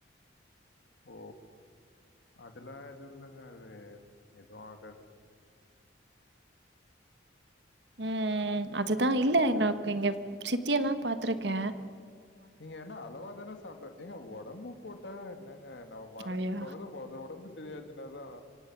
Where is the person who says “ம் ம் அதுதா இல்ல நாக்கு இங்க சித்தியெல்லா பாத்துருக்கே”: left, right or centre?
Right